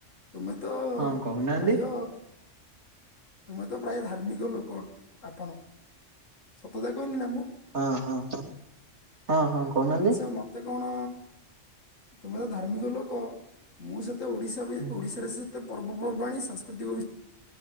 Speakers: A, on the left (about 90°); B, on the right (about 65°).
A: ତୁମେ ତ
B: ହଁ କହୁନାହାନ୍ତି
A: ପ୍ରାୟ ତୁମେ ତ ପ୍ରାୟ ଧାର୍ମିକ ଲୋକ। ଆପଣ ସତ କଥା କହିଲି ନା ମୁଁ?
B: ଆଁ ହଁ ହଁ ହଁ ହଁ। କହୁନାହାନ୍ତି।
A: ଆଚ୍ଛା ମତେ କଣ ତୁମେ ତ ଧାର୍ମିକ ଲୋକ ମୁଁ ସେତେ ଓଡିଶା ବି
B: ହୁଁ,
A: ଓଡିଶାରେ ସେତେ ପର୍ବପର୍ବାଣୀ ସାଂସ୍କୃତିକ ବି